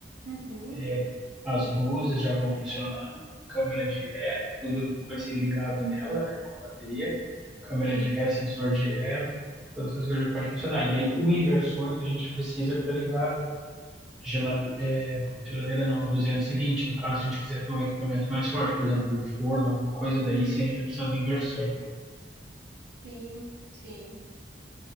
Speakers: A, on the right; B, in the centre.
A: Uhum,
B: é, as luzes já vão funcionar, câmera de ré, tudo que vai ser ligado nela, né, com a bateria, câmera
A: sim,
B: de ré, sensor de ré, todas essas coisas podem funcionar. E daí o inversor que a gente precisa para ligar geladeira é, geladeira não, 220 no caso, a gente quiser ter um equipamento mais forte, por exemplo, um forno, alguma coisa, daí sim a gente vai precisar do inversor.
A: sim, sim.